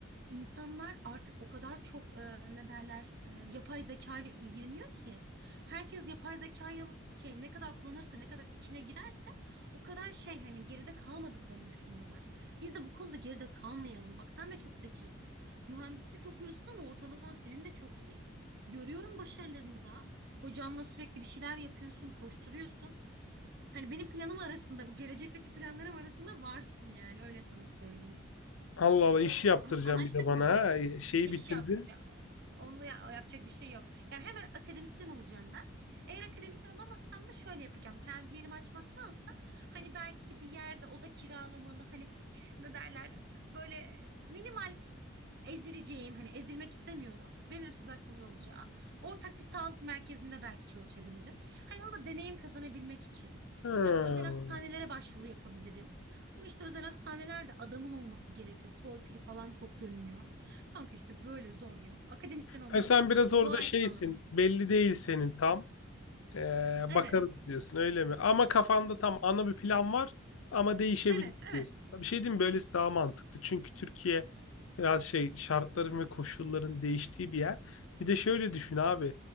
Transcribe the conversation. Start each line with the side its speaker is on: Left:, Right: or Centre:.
Right: İnsanlar artık o kadar çok e, ne derler e, yapay zeka ile ilgileniyor ki herkes yapay zekayı şey ne kadar kullanırsa ne kadar içine girerse o kadar şey hani geride kalmadıklarını düşünüyorlar. Biz de bu konuda geride kalmayalım. Bak sen de çok zekisin. Mühendislik okuyorsun ama ortalaman senin de çok iyi. Görüyorum başarılarını da. Hocanla sürekli bir şeyler yapıyorsun, koşturuyorsun. Hani benim planım arasında bu gelecekteki planlarım arasında varsın yani öyle sana söyleyeyim.
Left: Allah Allah işi yaptıracaksın
Right: Tamam anlaştık
Left: bir de bana.
Right: mı?
Left: Ha. E, Şeyi
Right: İş
Left: bitirdin.
Right: yaptıracağım. O- Onu ya- yapacak bir şey yok. Yani hemen akademisyen olacağım ben. Eğer akademisyen olamazsam da şöyle yapacağım. Kendi yerimi açmaktansa hani belki bir yerde oda kiralamalı hani ne derler böyle minimal ezileceğim, hani ezilmek istemiyorum. Benim de söz hakkımın olacağı. Ortak bir sağlık merkezinde belki çalışabilirim. Hani orada deneyim kazanabilmek için.
Left: Ha.
Right: Ya da özel hastanelere başvuru yapabilirim. Ama işte özel hastanelerde adamın olması gerekiyor. Torpili falan çok dönüyor. Kanka işte böyle zor ya. Akademisyen olmak
Left: Ha, sen
Right: istiyorum.
Left: biraz orada
Right: Dua
Left: şeysin.
Right: et bana.
Left: Belli değil senin tam. Ee, bakarız
Right: Evet.
Left: diyorsun öyle mi? Ama kafanda tam ana bir plan var ama değişebilir
Right: Evet, evet.
Left: diyorsun. Bir şey diyeyim mi? böylesi daha mantıklı. Çünkü Türkiye biraz şey şartların ve koşulların değiştiği bir yer. Bir de şöyle düşün abi.